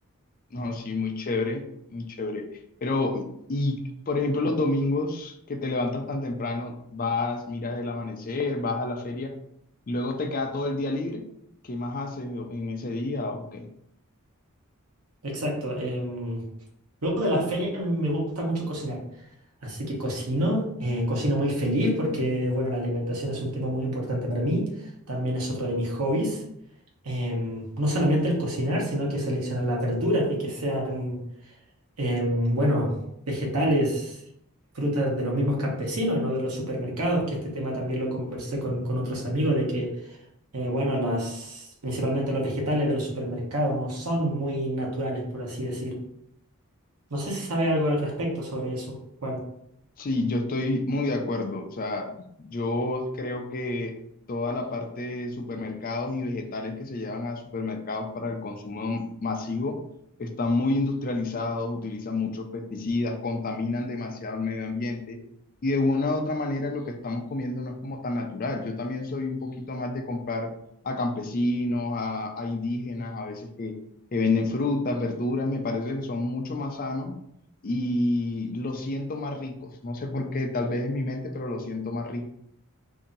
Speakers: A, on the left; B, on the right.
A: no, sí, muy chévere, muy chévere. Pero, y, por ejemplo, los domingos que te levantas tan temprano, vas, miras el amanecer, vas a la feria, luego te queda todo el día libre, ¿qué más haces en ese día o qué?
B: Exacto. em, luego de las ferias me gusta mucho cocinar. Así que cocino, eh, cocino muy feliz porque, bueno, la alimentación es un tema muy importante para mí. También es otro de mis hobbies. Em, no solamente el cocinar, sino que seleccionar las verduras, de que sean, em, bueno, vegetales, frutas de los mismos campesinos y no de los supermercados, que este tema también lo conversé con, con otros amigos, de que eh, bueno, las, principalmente los vegetales de los supermercados no son muy naturales, por así decir. No sé si sabe algo al respecto sobre eso, Juan.
A: Sí, yo estoy muy de acuerdo. O sea, yo creo que toda la parte de supermercados y vegetales que se llevan a supermercados para el consumo masivo están muy industrializados, utilizan muchos pesticidas, contaminan demasiado el medio ambiente y de una u otra manera lo que estamos comiendo no es como tan natural. Yo también soy un poquito más de comprar a campesinos, a, a indígenas, a veces que, que venden frutas, verduras, me parece que son mucho más sanos y los siento más ricos. No sé por qué, tal vez en mi mente, pero los siento más ricos.